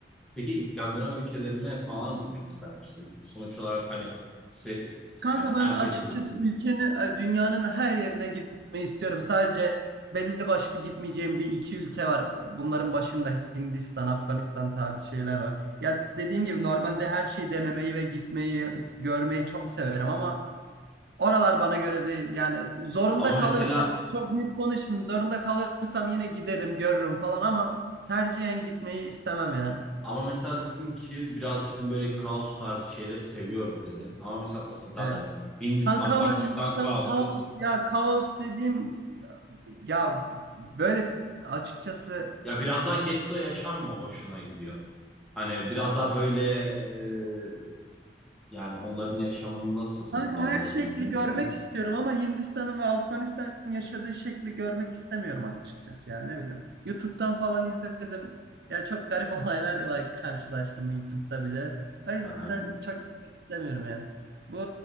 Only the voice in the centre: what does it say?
Peki İskandinav ülkelerine falan gitmek ister misin? Sonuç olarak hani se-
yani herkesin
bilimi.
Ama
mesela
ama mesela dedin ki biraz sizin böyle kaos tarzı şeyleri seviyorum dedi. Ama mesela pa- zaten
Hindistan,
Pakistan
kaosu.
Ya biraz daha getto yaşam mı hoşuna gidiyor? Hani biraz daha böyle e, yani onların yaşamını nasıl sınıflandırabiliriz
bilmiyorum
ama.
Aha,